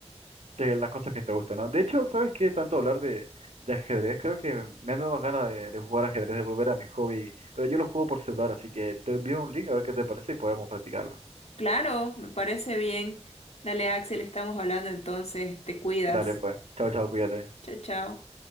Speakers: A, on the right (about 75°); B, on the left (about 70°).
A: de las cosas que te gustan, ¿no? De hecho, ¿sabes qué? Tanto hablar de, de ajedrez, creo que me han dado ganas de, de jugar ajedrez, de volver a mi hobby, pero yo lo juego por celular, así que te envío un link a ver qué te parece y podemos practicarlo.
B: Claro, me parece bien. Dale, Axel, estamos hablando entonces. Te cuidas.
A: Dale, pues. Chao, chao, cuídate.
B: Chao, chao.